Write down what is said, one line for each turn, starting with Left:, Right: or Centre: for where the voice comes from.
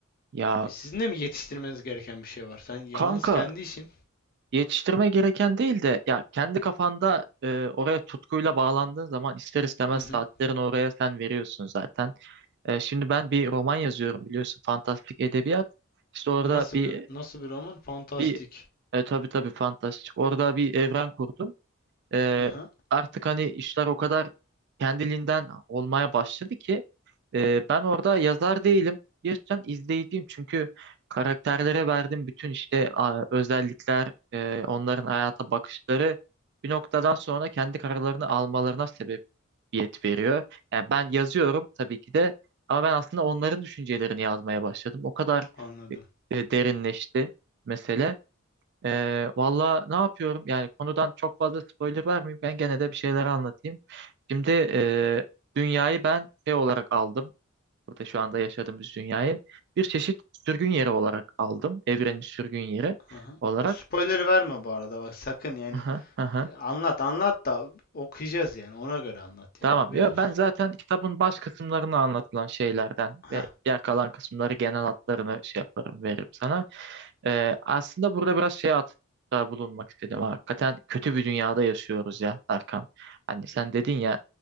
Right: Ya
Left: E, sizin de mi yetiştirmeniz gereken bir şey var? Sen yalnız
Right: kanka
Left: kendi işin.
Right: yetiştirme gereken değil de ya kendi kafanda e, oraya tutkuyla bağlandığın zaman ister istemez
Left: Hı hı.
Right: saatlerin oraya sen veriyorsun zaten. E, şimdi ben bir roman yazıyorum biliyorsun fantastik edebiyat. İşte orada
Left: Nasıl
Right: bir
Left: bir nasıl bir roman? Fantastik.
Right: bir e, tabii tabii fantastik. Orada bir evren kurdum. E,
Left: Hı hı.
Right: artık hani işler o kadar kendiliğinden olmaya başladı ki e, ben orada yazar değilim. Gerçekten izleyiciyim çünkü karakterlere verdiğim bütün işte a, özellikler, e, onların hayata bakışları bir noktadan sonra kendi kararlarını almalarına sebep yet veriyor. Yani ben yazıyorum tabii ki de ama ben aslında onların düşüncelerini yazmaya başladım. O kadar
Left: Anladım.
Right: e, e, derinleşti mesele. E, valla ne yapıyorum? Yani konudan çok fazla spoiler vermeyeyim. Ben gene de bir şeyler anlatayım. Şimdi e, dünyayı ben şey olarak aldım. Burada şu anda yaşadığımız dünyayı bir çeşit sürgün yeri olarak aldım. Evrenin sürgün yeri
Left: Hı hı.
Right: olarak.
Left: Bu spoiler verme bu arada bak sakın yani
Right: Aha, aha.
Left: E, anlat anlat da okuyacağız yani ona göre anlat
Right: Tamam.
Left: yani haberin
Right: Ya
Left: olsun.
Right: ben zaten kitabın baş kısımlarını anlatılan şeylerden
Left: Heh.
Right: ve diğer kalan kısımları genel hatlarını şey yaparım, veririm sana. Ee, aslında burada biraz şeye atıfta bulunmak istedim. Hakikaten kötü bir dünyada yaşıyoruz ya Erkan. Hani sen dedin ya